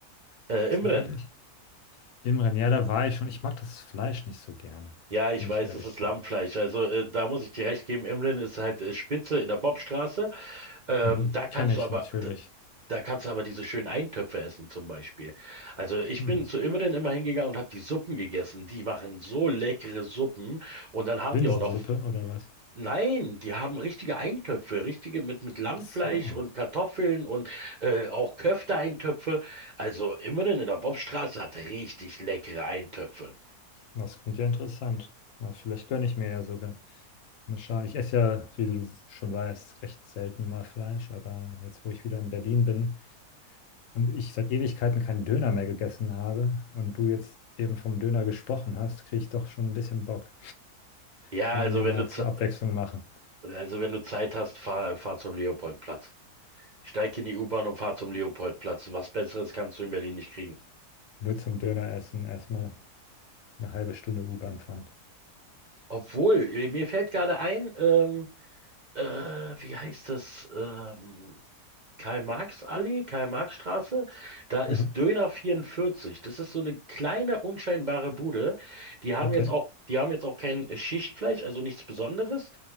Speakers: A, on the right; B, on the left.
A: Äh, Imren.
B: Zufällig? Imren, ja, da war ich schon. Ich mag das Fleisch nicht so gerne,
A: Ja, ich
B: wenn
A: weiß,
B: ich ehrlich
A: das ist Lammfleisch.
B: bin.
A: Also äh, da muss ich dir recht geben, Imren ist halt äh, Spitze in der Bobstraße. Ähm,
B: Mhm.
A: da kannst
B: Kenne
A: du
B: ich
A: aber,
B: natürlich.
A: Da kannst du aber diese schönen Eintöpfe essen zum Beispiel. Also ich
B: Hm.
A: bin zu Imren immer hingegangen und habe die Suppen gegessen. Die machen so leckere Suppen und dann haben
B: Linsensuppe
A: die auch noch,
B: oder was?
A: nein, die haben richtige Eintöpfe, richtige mit mit Lammfleisch
B: Ach so.
A: und Kartoffeln und äh, auch Köfte-Eintöpfe. Also Imren in der Bobstraße hat richtig leckere Eintöpfe.
B: Das klingt ja interessant. Na, vielleicht gönne ich mir ja sogar. Mal schauen. Ich esse ja, wie du schon weißt, recht selten mal Fleisch, aber jetzt, wo ich wieder in Berlin bin, Und ich seit Ewigkeiten keinen Döner mehr gegessen habe und du jetzt eben vom Döner gesprochen hast, kriege ich doch schon ein bisschen Bock.
A: Ja,
B: Kann
A: also
B: man ja
A: wenn
B: mal
A: du Ze-
B: zur Abwechslung machen.
A: also wenn du Zeit hast, fahr, fahr zum Leopoldplatz. Steig in die U-Bahn und fahr zum Leopoldplatz. Was Besseres kannst du in Berlin nicht kriegen.
B: Nur zum Döner essen, erstmal eine halbe Stunde U-Bahn fahren.
A: Obwohl, äh, mir fällt gerade ein, ähm, äh, wie heißt das? Ähm, Karl-Marx-Allee, Karl-Marx-Straße, da ist
B: Mhm.
A: Döner 44. Das ist so eine kleine, unscheinbare Bude. Die haben
B: Okay,
A: jetzt auch, die haben jetzt auch kein äh, Schichtfleisch, also nichts Besonderes,